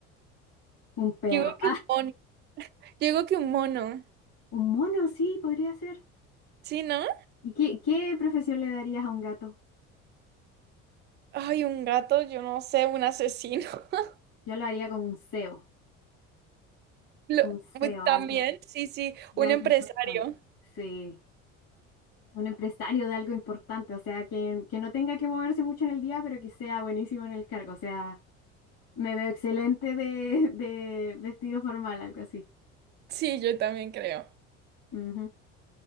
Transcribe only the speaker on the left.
un perro.
<laughs> un mono, sí, podría ser.
¿Y qué, qué profesión le darías a un gato?
Yo lo haría como un CEO,
un CEO,
algo,
de algo
importante. Sí, un empresario de algo importante, o sea, que, que no tenga que moverse mucho en el día, pero que sea buenísimo en el cargo. O sea, me veo excelente de, <laughs> de vestido formal, algo así.
Ujú.